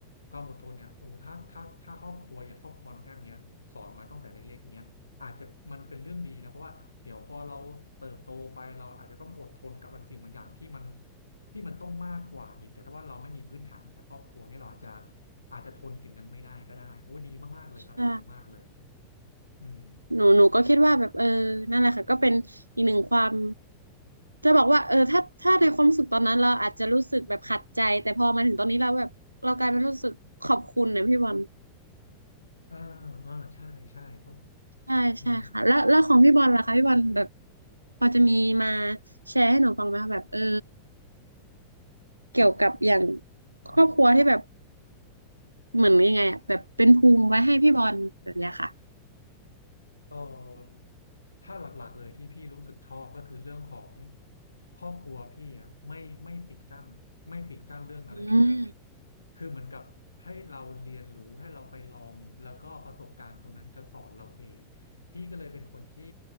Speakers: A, on the left (about 80°); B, on the right (about 85°).
A: ความอดทนเนี่ยโอ้ถ้าถ้าถ้าครอบครัวอย่างครอบครัวน้องแอมเนี้ยสอนมาตั้งแต่เล็กๆเนี้ยอาจจะมันเป็นเรื่องดีนะเพราะว่าเดี๋ยวพอเราเติบโตไปเราอาจจะต้องอดทนกับบางสิ่งบางอย่างที่มันที่มันต้องมากกว่าอีกแต่ถ้าว่าเราไม่มีพื้นฐานมาจากครอบครัวเนี้ยเราอาจจะอาจจะทนสิ่งนั้นไม่ได้ก็ได้โอ้ดีมากๆเลยครับดีมากๆเลย
B: ใช่
A: อืม
B: หนูหนูก็คิดว่าแบบเออนั่นแหละค่ะก็เป็นอีกหนึ่งความจะบอกว่าเออถ้าถ้าในความรู้สึกตอนนั้นเราอาจจะรู้สึกแบบขัดใจแต่พอมาถึงตอนนี้เราแบบเรากลายเป็นรู้สึกขอบคุณนะพี่บอล
A: อ่าอ่าใช่ใช่เพราะ
B: ใช่ใช่ค่ะแล้วแล้วของพี่บอลล่ะคะพี่บอลแบบ
A: อืม
B: พอจะมีมาแชร์ให้หนูฟังไหมคะแบบเออเกี่ยวกับอย่างครอบครัวที่แบบเหมือนยังไงอะแบบเป็นภูมิไว้ให้พี่บอลแบบเนี้ยค่ะ
A: เออถ้าหลักๆเลยที่พี่รู้สึกชอบก็คือเรื่องของครอบครัวพี่อ่ะไม่ไม่ปิดกั้นไม่ปิดกั้นเรื่องอะไรเลย
B: อืม
A: คือเหมือนกับให้เราเรียนรู้ให้เราไปลองแล้วก็ประสบการณ์ตรงนั้นจะสอนเราเองพี่ก็เลยเป็นคนที่